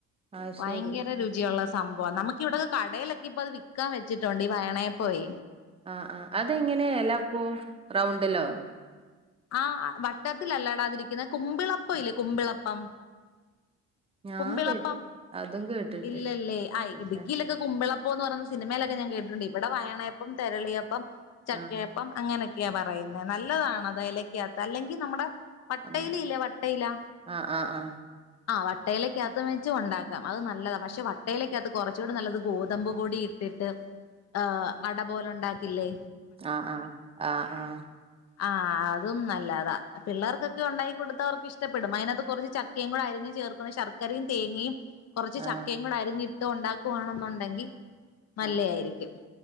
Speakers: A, on the right; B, on the left.
A: അത്
B: ഭയങ്കര
A: ശരി
B: രുചിയുള്ള സംഭവാ നമുക്ക് ഇവിടെ കടേലൊക്കെ ഇപ്പൊ അത് വിക്കാൻ വെച്ചിട്ടുണ്ട് ഈ വയണേപ്പവേ
A: ആ ആ അതെങ്ങനെയാ എലാപ്പോ റൗണ്ടിലോ
B: ആ വട്ടത്തിലല്ലേടാതിരിക്കുന്നെ കുമ്പിളപ്പം ഇല്ലേ കുമ്പിളപ്പം
A: ഞാൻ
B: കുമ്പിളപ്പം
A: കേ അതും കേട്ടിട്ടില്ല
B: ഇല്ലല്ലേ ആ
A: ഇല്ല
B: ഇടുക്കിയിലൊക്കെ കുമ്പിളപ് അപ്പോ എന്ന് പറയുന്നെ സിനിമേലൊക്കെ ഞാൻ കേട്ടിട്ടുണ്ട് ഇവിടെ വയണേപ്പം തെരളിയപ്പം ചക്കയപ്പം
A: ആ
B: അങ്ങനൊ ക്ക്യാ പറയുന്നെ നല്ലതാണത് എലയ്ക്കാത്ത് അല്ലെങ്കി നമ്മടെ വട്ടയില
A: ആ
B: ഇല്ലേ വട്ടയിലാ
A: ആ ആ ആ ആഹ്
B: ആ വട്ടയിലക്കാത്തും വെച്ചും ഉണ്ടാക്കാം അത് നല്ലതാ പക്ഷെ വട്ടയിലക്കാത്ത് കുറച്ചൂടെ നല്ലത് ഗോതമ്പ് പൊടി ഇട്ടിട്ട് ആ അട പോലൊണ്ടാക്കി ഇല്ലേ
A: ആ ആ ആ ആഹ്
B: ആ അതും നല്ലതാ പിള്ളേർക്കൊക്കെ ഒണ്ടാക്കി കൊടുത്താ അവർക്കിഷ്ടപ്പെടും അതിനാത്ത് കൊറച്ച് ച ക്കയും കൂടെ അരിഞ്ഞ് ചേർക്കുന്നു ശർക്കരയും തേങ്ങയും കൊറച്ച്
A: ആ
B: ചക്കേം കൂടരിഞ്ഞി ഇട്ടൊണ്ടാക്കുവാണെന്നൊണ്ടെങ്കി നല്ലെ
A: ആ
B: ആയിരിക്കും